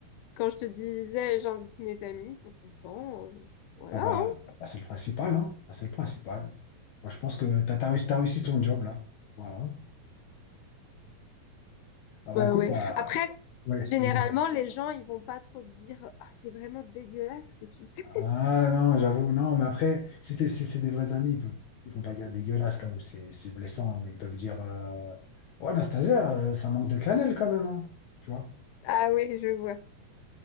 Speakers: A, on the left (about 80°); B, on the left (about 65°).
A: quand je te disais, j'invite mes amis, ils sont contents. euh, voilà.
B: Ah bah,
A: hein.
B: bah, c'est le principal, hein. Bah, c'est le principal. Moi, je pense que t'as, t'as réussi, t'as réussi ton job, là. Voilà. Ah bah
A: Bah
B: écoute,
A: ouais.
B: bah
A: Après,
B: ouais,
A: généralement,
B: dis-moi.
A: les gens, ils vont pas trop te dire, ah, c'est vraiment dégueulasse ce que tu fais.
B: Ah non, j'avoue, non, mais après, si, t'es- si c'est des vrais amis, ils peuvent, ils vont pas dire dégueulasse quand même, c'est c'est blessant, mais ils peuvent dire euh, Ouais, Anastasia, euh, ça manque de cannelle quand même, hein. Tu vois?
A: Ah oui, je vois.